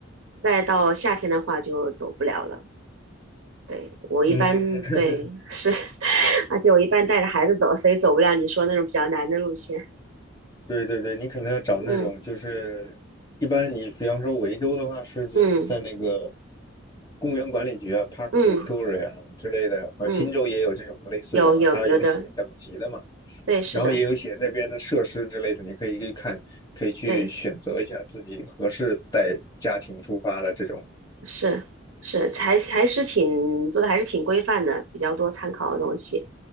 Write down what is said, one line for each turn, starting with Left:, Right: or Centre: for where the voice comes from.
Right: 再到夏天的话就走不了了。对，我一般，
Left: 嗯，<laughs>
Right: 对，是，<laughs> 而且我一般带着孩子走，所以走不了你说那种比较难的路线。
Left: 对对对，你可能要找那种就是，
Right: 嗯。
Left: 一般你比方说维州的话，是指你在那个
Right: 嗯
Left: 公园管理局啊，Parks
Right: 嗯
Left: Victoria 啊之类的，或者新州也有这种类似的嘛，
Right: 嗯，有有有的，
Left: 它有写等级的嘛，
Right: 对，是的，
Left: 然后也有写那边的设施之类的，你可以去看，可以去选择一下自己合适带家庭出发的这种。
Right: 对，是是，还还是挺做的，还是挺规范的，比较多参考的东西，